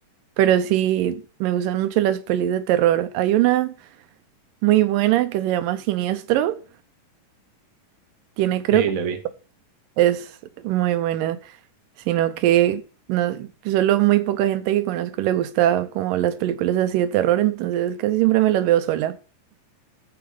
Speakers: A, on the right; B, on the right.
A: Pero sí, me gustan mucho las pelis de terror. Hay una muy buena que se llama Siniestro. Tiene, creo,
B: Sí, la vi.
A: es muy buena. sino que no, solo muy poca gente que conozco le gusta como las películas así de terror, entonces casi siempre me las veo sola.